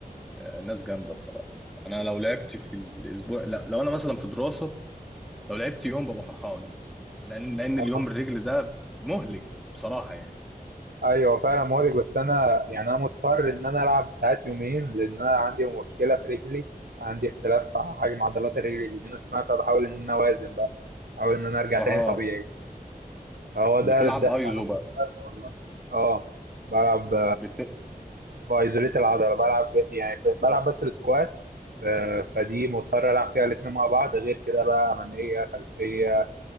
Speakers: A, in the centre; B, on the right.
A: آه، ناس جامده بصراحه انا لو لعبت في الاسبوع لا لو انا مثلا في دراسه لو لعبت يوم ببقى فرحان يعني لان لان اليوم
B: اه
A: الرجل ده مهلك بصراحه يعني
B: ايوه فعلا مهلك بس انا يعني انا مضطر ان انا العب ساعات يومين لان انا عندي مشكله في رجلي عندي اختلاف في حجم عضلات الرجل اليمين والشمال فبحاول ان انا اوازن بقى احاول ان انا ارجع
A: اها
B: تاني طبيعي هو ده
A: بتلعب
B: ده انا
A: ايزو
B: مضطر
A: بقى
B: والله اه بلعب
A: بت...
B: بايزوليت العضله بلعب يعني ف- بلعب بس السكوات آه، فدي مضطر العب فيها الاثنين مع بعض غير كده بقى اماميه خلفيه